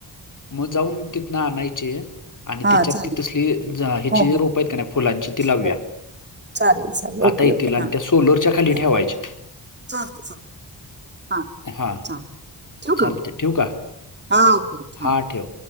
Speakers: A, on the left; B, on the right.
A: मग जाऊन तिथंन आणायचे. आणि
B: हा
A: त्याच्यात
B: चालेल
A: ती तसली ह्याची
B: हो हो
A: रोप आहेत का नाही फुलांची ती लावूया.
B: हो चालेल चालेल
A: आता
B: ओके
A: येतील
B: ओके
A: आणि
B: हा
A: त्या सोलरच्या खाली
B: हा.
A: ठेवायच्या.
B: चालत चालत हा हा
A: हां,
B: चालतं ठेवू
A: चालतंय
B: का
A: ठेवू का?
B: हा‌
A: हां, ठेव.